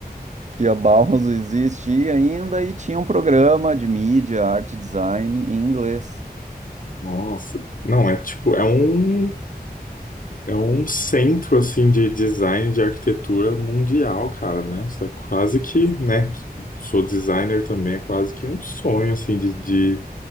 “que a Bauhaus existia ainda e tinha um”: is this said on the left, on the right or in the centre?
Right